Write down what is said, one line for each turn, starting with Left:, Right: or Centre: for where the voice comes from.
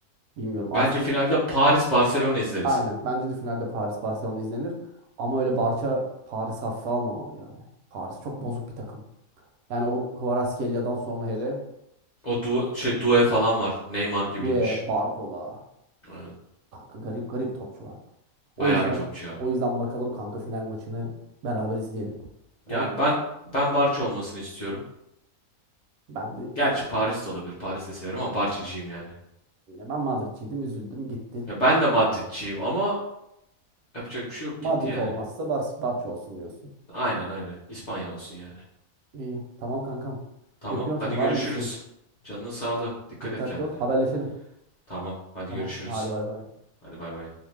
Right: Bilmiyorum. Arsenal
Left: Bence finalde Paris Barcelona izleriz.
Right: aynen. Bence de finalde Paris Barcelona izlenir. Ama öyle Barça Paris hafife almamalı yani. Paris çok bozuk bir takım. Yani o Kvaratskhelia'dan sonra hele
Left: O du şey due falan var. Neymar gibiymiş.
Right: Due, Barcola.
Left: Aynen.
Right: Kanka garip garip topçular. O
Left: Bayağı
Right: yüzden
Left: iyi topçu ya.
Right: o yüzden bakalım kanka final maçını beraber izleyelim. Tamam.
Left: Yani ben ben Barça olmasını istiyorum.
Right: Ben bir
Left: Gerçi
Right: ben,
Left: Paris de olabilir. Paris de severim ama Barçacıyım yani.
Right: ben Madridciydim, üzüldüm, gitti.
Left: Ya ben de Madridciyim ama yapacak bir şey yok.
Right: Madrid
Left: Gitti yani.
Right: olmazsa Bar Barça olsun diyorsun.
Left: Aynen öyle. İspanya olsun yani.
Right: İyi. Tamam kankam.
Left: Tamam.
Right: Öpüyorum
Left: Hadi
Right: seni.
Left: görüşürüz.
Right: Var mı bir isteğin?
Left: Canının sağlığı. Dikkat
Right: Dikkatli
Left: et kendine.
Right: ol. Haberleşelim.
Left: Tamam. Hadi
Right: Tamam.
Left: görüşürüz.
Right: Hadi bay bay.
Left: Hadi bay bay.